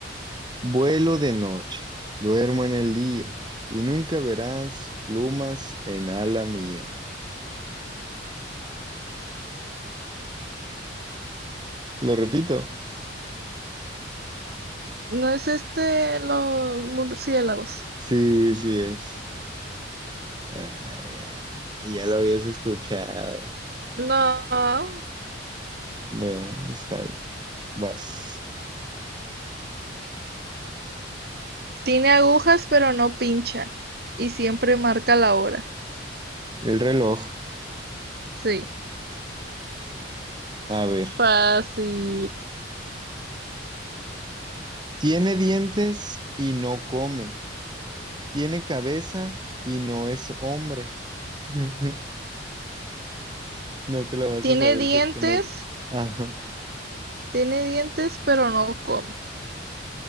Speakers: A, on the right (about 25°); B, on the right (about 55°).
A: Vuelo de noche, duermo en el día y nunca verás plumas en ala mía. Lo repito.
B: No es este los murciélagos.
A: Sí, sí es. Ay, ay, ya lo habías escuchado.
B: No,
A: Bueno, está bien. Vas.
B: tiene agujas pero no pincha y siempre marca la hora.
A: El reloj.
B: Sí,
A: A ver.
B: fácil.
A: Tiene dientes y no come. Tiene cabeza y no es hombre. <laughs> No te lo vas
B: Tiene
A: a saber
B: dientes,
A: porque no. Ajá.
B: tiene dientes pero no come.